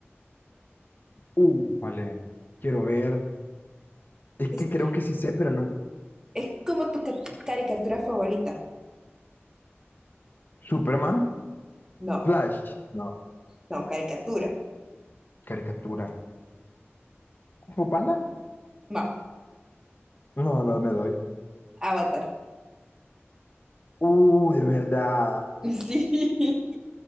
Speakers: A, on the left; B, on the right.
A: Uh, vale. Quiero ver. Es
B: Es,
A: que creo que sí sé, pero no.
B: es como tu ca- caricatura favorita.
A: ¿Superman?
B: No,
A: ¿Flash? No.
B: no, caricatura.
A: ¿Caricatura? ¿Kung Fu ¿Panda?
B: No.
A: No, no me doy.
B: Avatar. <laughs>
A: Uh, de verdad,
B: Sí,